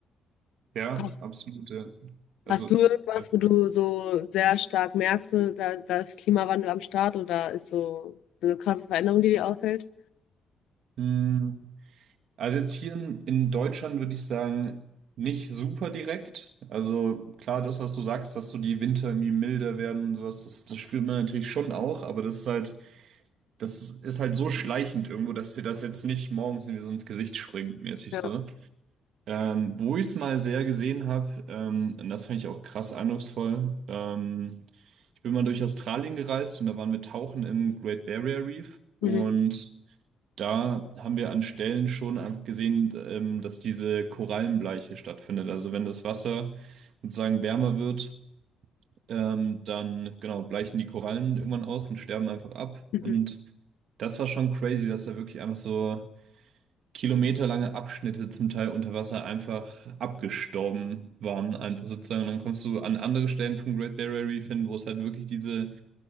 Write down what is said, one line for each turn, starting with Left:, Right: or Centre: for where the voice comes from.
Right: Ja,
Left: Hast,
Right: absolut. Ja. Also,
Left: hast du irgendwas,
Right: ja.
Left: wo du so sehr stark merkst, ne, da, da ist Klimawandel am Start oder ist so eine krasse Veränderung, die dir auffällt?
Right: Hm, Also jetzt hier in, in Deutschland würde ich sagen, nicht super direkt. Also klar, das, was du sagst, dass so die Winter irgendwie milder werden und sowas, das, das spürt man natürlich schon auch, aber das ist halt, das ist halt so schleichend irgendwo, dass dir das jetzt nicht morgens irgendwie so ins Gesicht springt, mäßig
Left: Ja.
Right: so. Ähm, wo ich es mal sehr gesehen habe, ähm, und das fand ich auch krass eindrucksvoll. Ähm, ich bin mal durch Australien gereist und da waren wir tauchen im Great Barrier Reef und
Left: Mhm.
Right: da haben wir an Stellen schon einfach gesehen, ähm, dass diese Korallenbleiche stattfindet. Also wenn das Wasser sozusagen wärmer wird, ähm, dann genau bleichen die Korallen irgendwann aus und sterben einfach ab.
Left: Mhm.
Right: Und das war schon crazy, dass da wirklich einfach so kilometerlange Abschnitte zum Teil unter Wasser einfach abgestorben waren, einfach sozusagen. Und dann kommst du an andere Stellen vom Great Barrier Reef hin, wo es halt wirklich diese